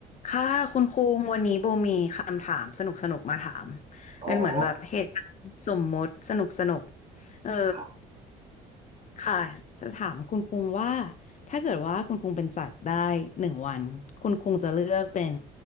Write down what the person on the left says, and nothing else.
ค่ะคุณคุงวันนี้โบมีคำถามสนุกสนุกมาถาม
เป็นเหมือนแบบเหตุการณ์สมมุติสนุกสนุกเออ
ค่ะจะถามคุณคุงว่าถ้าเกิดว่าคุณคุงเป็นสัตว์ได้หนึ่งวันคุณคุงจะเลือกเป็น